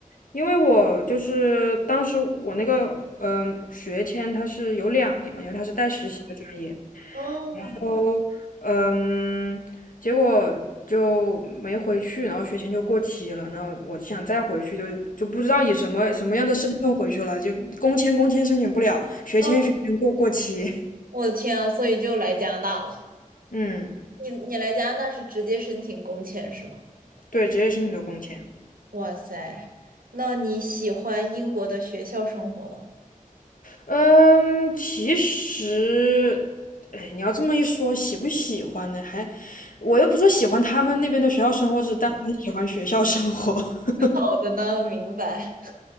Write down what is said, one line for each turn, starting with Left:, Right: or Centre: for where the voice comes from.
Left: 因为我就是当时我那个嗯、呃学签它是有两年嘛，因为它是带实习的专业，
Right: 哦，
Left: 然后嗯结果就没回去，然后学签就过期了，然后我想再回去就就不知道以什么什么样的身份回去了，就工签工签申请不了，学签学签过过期，
Right: 哦，我的天啊，所以就来加拿大了。
Left: <laughs> 嗯
Right: 你你来加拿大是直接申请工签是吗？
Left: 对，直接申请的工签。
Right: 哇塞，那你喜欢英国的学校生活吗？
Left: 嗯，其实，哎，你要这么一说，喜不喜欢呢？还，我又不说喜欢他们那边的学校生活，只是单纯喜欢学校生活，<laughs>
Right: 好的呢，明白。